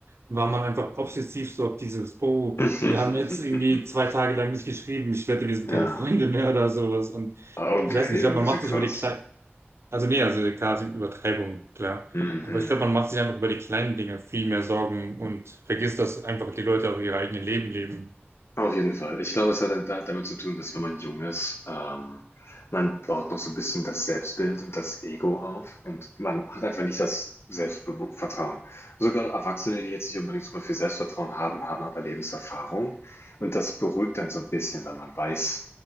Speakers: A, on the right; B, on the left.
A: war man einfach obsessiv so auf dieses, oh,
B: <laughs>
A: wir haben jetzt irgendwie zwei Tage lang nicht geschrieben, ich wette, wir sind
B: Ja.
A: keine Freunde mehr oder sowas. Und
B: Ah, Okay,
A: ich weiß nicht, ich glaube,
B: ein
A: man
B: bisschen
A: macht
B: krass.
A: sich über die Kle Also nee, also klar, es gibt Übertreibung, klar.
B: Mhm.
A: Aber ich glaube, man macht sich einfach über die kleinen Dinge viel mehr Sorgen und vergisst, dass einfach die Leute auch ihre eigenen Leben leben.
B: Auf jeden Fall. Ich glaube, es hat da- damit zu tun, dass wenn man jung ist, ähm, man baut noch so ein bisschen das Selbstbild und das Ego auf und man hat einfach nicht das Selbstvertrauen. Sogar Erwachsene, die jetzt nicht unbedingt super viel Selbstvertrauen haben, haben aber Lebenserfahrung und das beruhigt dann so ein bisschen, weil man weiß,